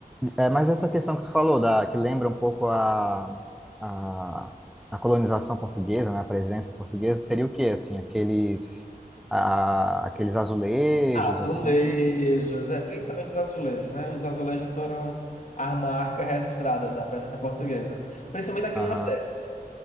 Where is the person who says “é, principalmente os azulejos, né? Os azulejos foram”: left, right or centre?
Left